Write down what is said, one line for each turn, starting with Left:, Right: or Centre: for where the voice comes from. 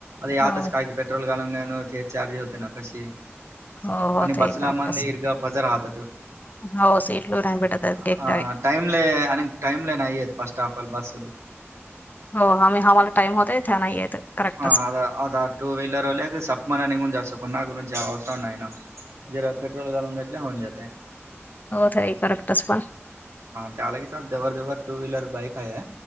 Right: आच
Left: हो
Right: पेट्रोल घालून घेय ते, चार्ज होते ना कशी.
Left: हो हो
Right: आणि
Left: ते
Right: बसलामा
Left: करेक्ट
Right: इर्गा पजा राहतं.
Left: हो सीटलू नाही भेटत आहेत
Right: अ..
Left: एक डावी
Right: टाईमला आणि टाइमला नाहीयेत, फर्स्ट ऑफ ऑल बसलू.
Left: हो आम्ही आम्हाला, टाईम होतोय त्या नाही येत. करेक्टच
Right: आता आता टू व्हीलर वाले सतमानाने, निघून जात असेल कुणाकडे जावत तर नाही ना. जरा पेट्रोल घालून घेतले म्हटले.
Left: ओ ताई परत बसवा.
Right: त्यालाही सात, जवळजवळ टू व्हीलर बाइक आहे.